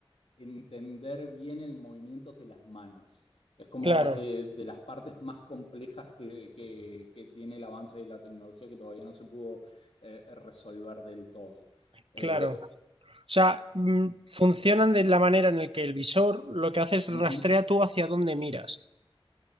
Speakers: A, on the left; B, on the right.
A: entender bien el movimiento de las manos. Es como
B: claro,
A: eh, de las partes más complejas que, que- que tiene el avance de la tecnología que todavía no se pudo eh, resolver del todo. Eh,
B: claro. O sea, mm, funcionan de la manera en el que el visor lo que hace es
A: ujú,
B: rastrea tú hacia dónde miras.